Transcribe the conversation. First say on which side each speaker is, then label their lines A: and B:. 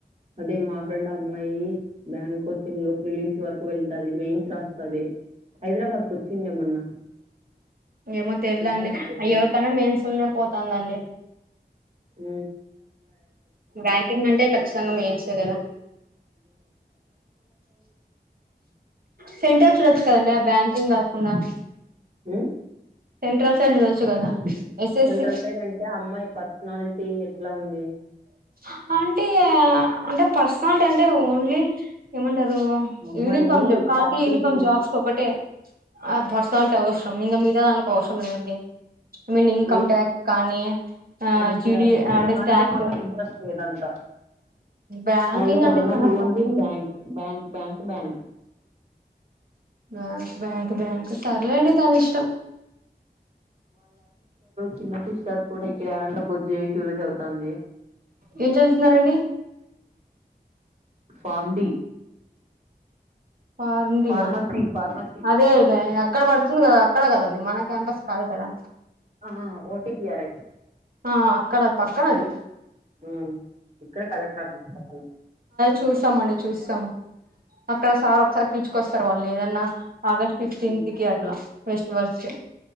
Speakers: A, on the right; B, on the right.
A: అదే మా ఫ్రెండ్ అమ్మాయి బ్యాంక్ కోచింగ్ లో ఫీలిమ్స్ వరకు వెళ్తది మెయిన్స్ రాస్తది హైదరాబాద్ కు వచ్చింద్గా మొన్న
B: ఏమో తెల్దండి
A: ఎగ్జామ్స్ రాయడానికి.
B: అయ్యి ఎవ్కన్న మెయిన్స్లోనే పోతుందండి
A: ఉ <unintelligible>
B: బ్యాంకింగ్ అంటే ఖచ్చితంగా మెయిన్సే కదా సెంట్రల్ చూడొచ్చు కదండి ఆ బ్యాంకింగ్ కాకుండా <inaudible>
A: ఉ
B: సెంట్రల్ సైడ్ చూడొచ్చు కదా ఎస్ఎస్సి
A: జనరల త అంటే అమ్మాయి పర్సనాలిటీ ఎట్లా ఉంది
B: <inaudible> అంటే అంటే పర్సనాలిటీ అంటే ఓన్లీ ఏమంటారు
A: ఆ అమ్మాయి
B: యూనిఫామ్ జాబ్ కాకిీ యూనిఫామ్
A: కిల్
B: జాబ్స్ ఒకటే ఆ పర్సనాలిటీ అవసరం ఇంకా ఆ మిగతా దాన్లాకి అవసరం లేదండి I mean income
A: wait
B: tax కానీ ఆ
A: ఓకే.
B: జీడి అంటే
A: అట్లాంటివి
B: ట్యాక్స్
A: వాళ్ళకి ఇంట్రెస్ట్ లేదంట
B: బ్యాంకింగ్
A: వాళ్ళక
B: అంటే
A: అన్నా
B: చాలా
A: ఓన్లీ
B: కష్టం
A: బ్యాంక్ బ్యాంక్ బ్యాంక్ బ్యాంక్
B: ఆ బ్యాంక్ బ్యాంక్ సర్లెండి తన ఇష్టం
A: కన్నకి సార్ కూడా ఇక్కడే అనంతపూర్ జేఎన్టీయూ లో చదువుతంది
B: ఏం చదుతున్నారండి
A: form D
B: form D
A: pharmacy pharmacy
B: అదే ఇలే అక్కడ పడుతుంది కదా అక్కడ కదా అది మన క్యాంపస్ కాదు కదా
A: ఆ ఓటిపిఆర్ఐ
B: ఆ అక్కడ పక్కన అది
A: ఉమ్ ఇక్కడ కలెక్టర్ ఆఫీస్ పక్కన
B: చూసాం అండి చూసాం అక్కడ సార్ ఒకసారి పిచుకొస్తారు వాళ్ళు ఏదన్నా ఆగస్ట్ ఫిఫ్టీన్త్
A: ఉమ్
B: కి అట్లా ఫెస్టివల్స్ కి